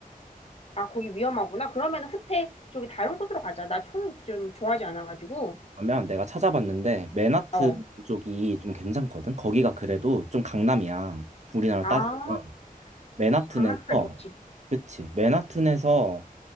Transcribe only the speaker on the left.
아, 거기 위험하구나. 그러면 호텔, 저기 다른 곳으로 가자. 나 총 좀 좋아하지 않아가지고.
어.
아,
강남스타일 좋지.